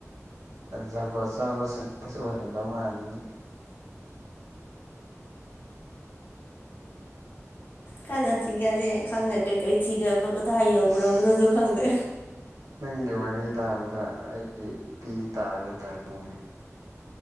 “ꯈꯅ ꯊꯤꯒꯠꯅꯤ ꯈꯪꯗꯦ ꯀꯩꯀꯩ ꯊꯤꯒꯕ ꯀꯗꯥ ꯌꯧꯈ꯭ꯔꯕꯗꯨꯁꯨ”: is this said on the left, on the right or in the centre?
Left